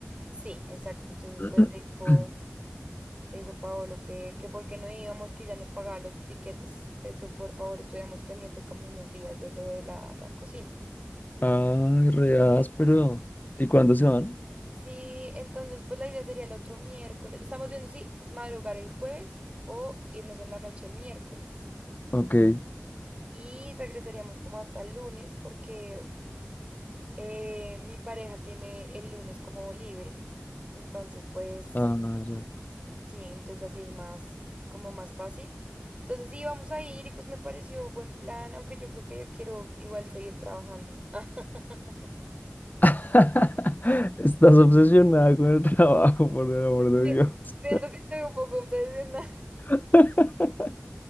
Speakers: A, on the right; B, on the left.
A: Sí, exacto. Entonces
B: <clears throat>
A: pues le dijo, le dijo Paolo que, que por qué no íbamos, que ya nos pagaba los tiquetes, pero que por favor estuviéramos pendientes como unos días de lo de la, la cocina.
B: Ay, re áspero. ¿Y cuándo se van?
A: Sí, entonces pues la idea sería el otro miércoles. Estamos viendo si madrugar el jueves o irnos en la noche el miércoles.
B: Ok.
A: y regresaríamos como hasta el lunes porque eh, mi pareja tiene el lunes como libre. Entonces, pues
B: Ah, no, ya.
A: sí, entonces así es más, como más fácil. Entonces sí, vamos a ir y pues me pareció buen plan, aunque yo creo que yo quiero igual seguir trabajando. <laughs>
B: <laughs> Estás obsesionada con el <laughs> trabajo, por el amor de
A: Sí,
B: Dios.
A: Siento que estoy un poco obsesionada.
B: <laughs>